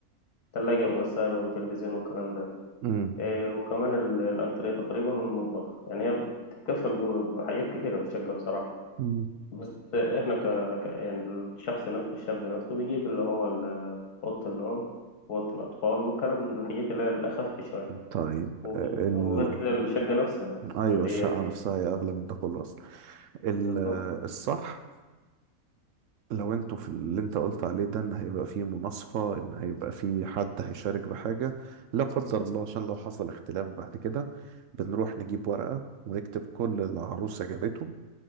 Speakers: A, on the left (about 80°); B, on the right (about 65°).
A: الثلاجة والغسالة والتلفزيون والكلام ده
B: مم.
A: إيه وكمان ال- الأنتريه تقريبا والمطبخ يعني هي بتتكفل ب- بحاجات كتيرة في الشقة بصراحة
B: مم.
A: بس إحنا ك... ك... يعني الشخص نفسه الشاب نفسه بيجيب اللي هو ال- أوضة النوم وأوضة الأطفال والكلام من الحاجات اللي هي الأخف شوية
B: طيب
A: وغ-
B: ال...
A: وغير كده الشقة نفسها
B: ايوه
A: فدي
B: الشقة
A: يعني
B: نفسها هي أغلى من ده كله أصلا ال...
A: بالظبط
B: الصح لو انتوا في اللي انت قلت عليه ده ان هيبقى فيه مناصفة ان هيبقى فيه حد هيشارك بحاجة لا قدر الله عشان لو حصل اختلاف بعد كده بنروح نجيب ورقة ونكتب كل اللي العروسة جابته